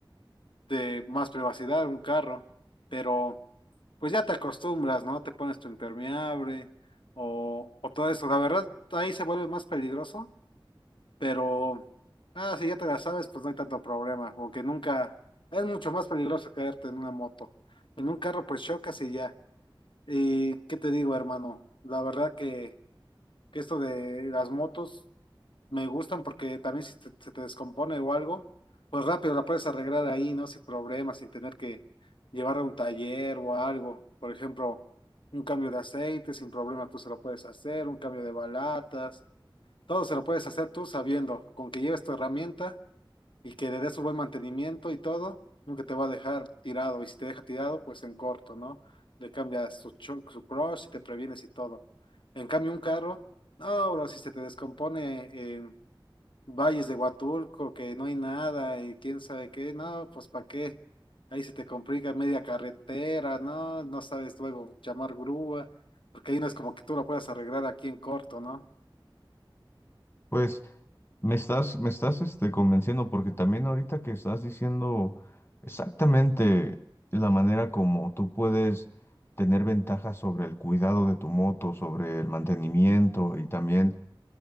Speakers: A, on the left; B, on the left.
A: de más privacidad, un carro, pero pues ya te acostumbras, ¿no? Te pones tu impermeable o, o todo eso. La verdad, ahí se vuelve más peligroso pero, ah, si ya te la sabes, pues no hay tanto problema, porque nunca, es mucho más peligroso caerte en una moto. En un carro, pues chocas y ya. Y qué te digo, hermano, la verdad que, que esto de las motos me gustan porque también si te- se te descompone o algo, pues rápido la puedes arreglar ahí, ¿no? Sin problemas, sin tener que llevarla a un taller o algo. Por ejemplo, un cambio de aceite, sin problema tú se lo puedes hacer, un cambio de balatas todo se lo puedes hacer tú sabiendo, con que lleves tu herramienta y que le des su buen mantenimiento y todo, nunca te va a dejar tirado. Y si te deja tirado, pues en corto, ¿no? Le cambias su, cho- su crush y te previenes y todo. En cambio, un carro, no, bro, si se te descompone en valles de Huatulco, que no hay nada y quién sabe qué, no, pues ¿para qué? Ahí se te complica media carretera, no, no sabes luego llamar grúa, porque ahí no es como que tú lo puedas arreglar aquí en corto, ¿no?
B: Pues Me estás, me estás este, convenciendo porque también ahorita que estás diciendo exactamente la manera como tú puedes tener ventajas sobre el cuidado de tu moto, sobre el mantenimiento y también